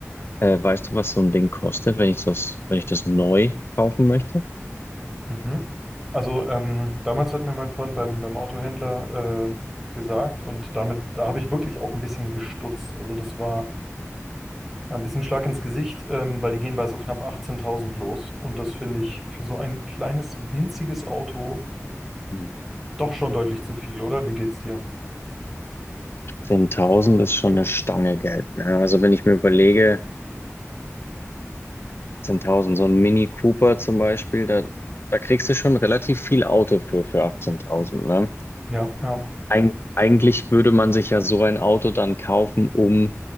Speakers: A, on the left (about 50°); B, in the centre.
A: Äh, weißt du, was so ein Ding kostet, wenn ich das, wenn ich das neu kaufen möchte?
B: Mhm. Also ähm, damals hat mir mein Freund beim, beim Autohändler äh, gesagt und damit, da habe ich wirklich auch ein bisschen gestutzt. Also das war ein bisschen Schlag ins Gesicht, ähm, weil die gehen bei so knapp 18.000 los und das finde ich für so ein kleines, winziges Auto
A: Hm.
B: doch schon deutlich zu viel, oder? Wie geht's dir?
A: 10.000 ist schon eine Stange Geld. Ne? Also wenn ich mir überlege, 18.000, so ein Mini Cooper zum Beispiel, da, da kriegst du schon relativ viel Auto für, für 18.000, ne?
B: Ja, ja,
A: Eig eigentlich würde man sich ja so ein Auto dann kaufen, um,